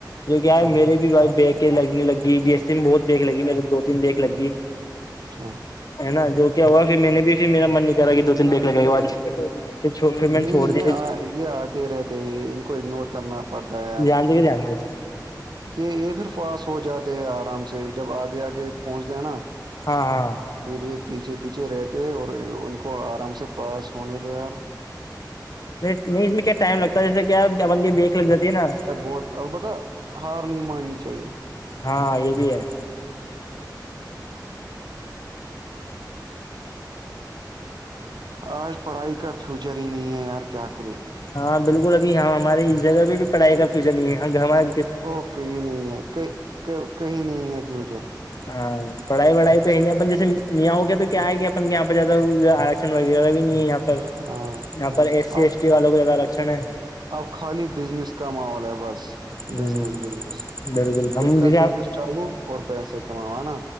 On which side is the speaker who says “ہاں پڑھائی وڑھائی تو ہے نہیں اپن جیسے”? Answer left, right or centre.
Left